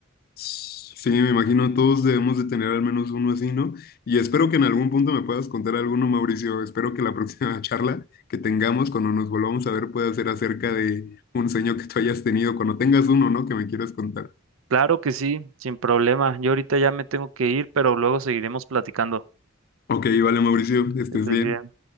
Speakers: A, on the left; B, on the right.
A: Sí, me imagino todos debemos de tener al menos uno así, ¿no? Y espero que en algún punto me puedas contar alguno, Mauricio. Espero que la próxima <laughs> charla que tengamos cuando nos volvamos a ver pueda ser acerca de un sueño que tú hayas tenido, cuando tengas uno, ¿no? Que me quieras contar.
B: Claro que sí, sin problema. Yo ahorita ya me tengo que ir, pero luego seguiremos platicando.
A: Ok, vale, Mauricio, estés
B: Que estés
A: bien.
B: bien.